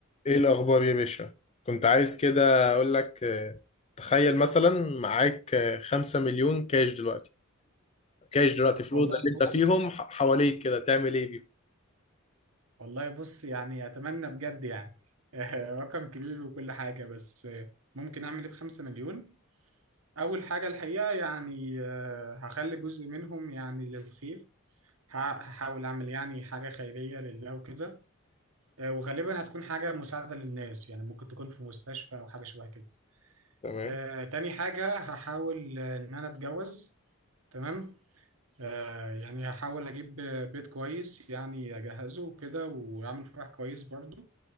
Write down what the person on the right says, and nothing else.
والله
بص
والله بص يعني اتمنى بجد يعني <laughs> رقم كبير وكل حاجه بس ممكن اعمل ايه بخمسة مليون اول حاجه الحقيقه يعني آه، هخلي جزء منهم يعني للخير ه- هحاول اعمل يعني حاجه خيريه لله وكده آه، وغالبا هتكون حاجه مساعده للناس يعني ممكن تكون في مستشفى او حاجه شبه كده
آه، تاني حاجه هحاول آه، ان انا اتجوز تمام آه يعني هحاول اجيب بيت كويس يعني اجهزه وكده واعمل فرح كويس برضه